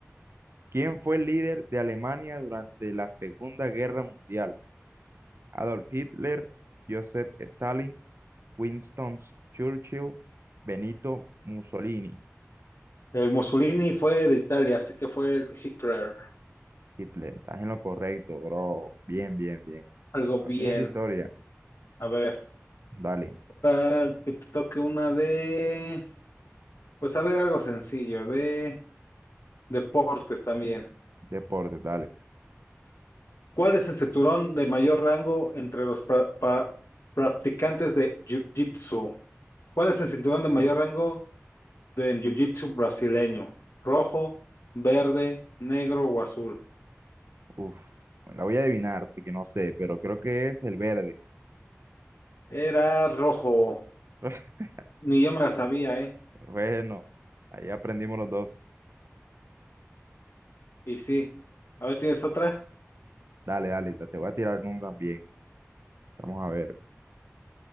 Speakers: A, on the right; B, on the left.
A: ¿Quién fue el líder de Alemania durante la Segunda Guerra Mundial? Adolf Hitler, Joseph Stalin, Winston Churchill, Benito Mussolini.
B: El Mussolini fue de Italia, así que fue el Hitler.
A: Hitler, estás en lo correcto, bro. Bien, bien, bien.
B: Algo
A: Vas
B: bien.
A: Bien de historia.
B: A ver,
A: Dale,
B: ahora que te toque una de, pues a ver, algo sencillo, de deportes también.
A: deporte, dale.
B: ¿Cuál es el cinturón de mayor rango entre los pra- pa- practicantes de Jiu-Jitsu? ¿Cuál es el cinturón de mayor rango de en Jiu-Jitsu brasileño? ¿Rojo, verde, negro o azul?
A: Uf, bueno, la voy a adivinar porque no sé, pero creo que es el verde.
B: Era rojo.
A: <laughs>
B: Ni yo me la sabía, ¿eh?
A: Bueno, ahí aprendimos los dos.
B: Y sí. A ver, ¿tienes otra?
A: Dale, dale, te voy a tirar uno también. Vamos a ver.